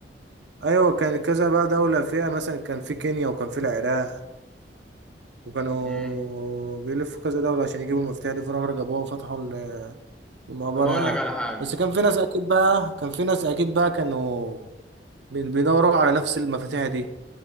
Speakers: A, on the right; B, in the centre.
A: ايوه كان كذا بقى دولة فيها مثلا كان في كينيا وكان في العراق وكانوا
B: امم
A: بيلفوا كذا دولة عشان يجيبوا المفتاح دي في الآخر جابوها وفتحوا ال- المقبرة
B: طب أقول
A: يعني
B: لك على حاجة
A: بس كان في ناس اكيد بقى كان في ناس اكيد بقى كانوا بي- بيدوروا على نفس المفاتيح دي